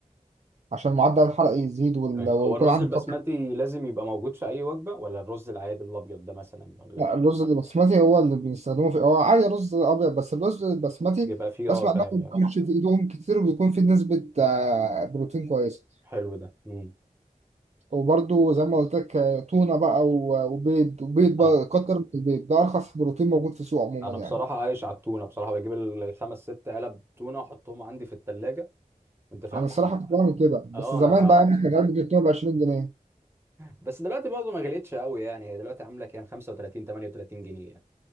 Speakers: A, on the right (about 50°); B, on the right (about 15°).
A: عشان معدل الحرق يزيد وال-
B: أيوة.
A: ويكون
B: هو الرز
A: عندي
B: البسمتي
A: طاقة
B: لازم يبقى موجود في اي وجبة ولا الرز العادي الابيض ده مثلا ولا
A: لا الرز البسمتي هو اللي بيستخدموه في هو عادي رز ابيض بس الرز البسمتي
B: بيبقى فيه اه
A: بسمع انه
B: ك-
A: ما بيكونش في ايدهم كتير وبيكون في نسبة آه، بروتين كويسة
B: حلو ده امم
A: وبرده زي ما قلت لك آه، تونة بقى و- وبيض وبيض بقى
B: انا
A: كتر من البيض ده ارخص بروتين موجود في السوق عموما
B: انا
A: يعني
B: بصراحة عايش على التونة بصراحة بجيب الخمس ست علب تونة احطهم عندي في التلاجة انت فاهم
A: انا الصراحة
B: بحب
A: كنت بعمل كده بس
B: اه
A: زمان
B: انا
A: بقى احنا كنا بنجيب ب 20 جنيه
B: بس دلوقتي برضه ما غلقتش قوي يعني هي دلوقتي عامله كام 35 38 جنيه يعني